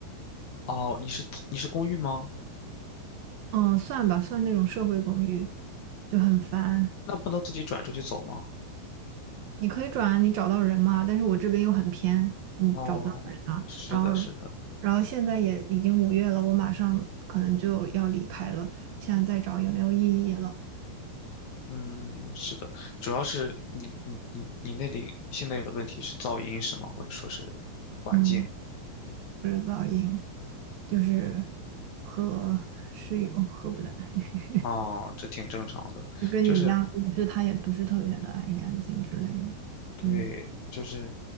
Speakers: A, on the left; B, on the right.
A: 哦，你是你是公寓吗？
B: 嗯，算吧，算那种社会公寓，就很烦。
A: 那不能自己转出去走吗？
B: 你可以转啊，你找到人嘛，但是我这边又很偏，你找不到人啊。
A: 哦，是的，
B: 然后，
A: 是的，
B: 然后现在也已经五月了，我马上可能就要离开了，现在再找也没有意义了。
A: 嗯，是的，主要是你你你你那里现在有的问题是噪音是吗？或者说是环境？
B: 嗯，不是噪音，就是和室友合不来，<laughs>
A: 哦，这挺正常的，
B: 就跟你一样，
A: 就是
B: 也是他也不是特别的爱干净之类的。
A: 对，
B: 对，
A: 就是